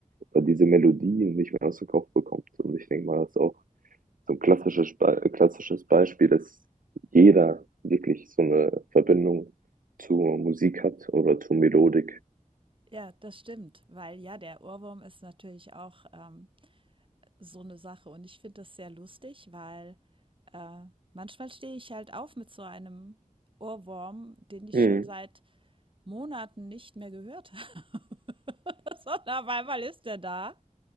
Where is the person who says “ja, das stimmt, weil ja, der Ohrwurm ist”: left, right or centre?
Right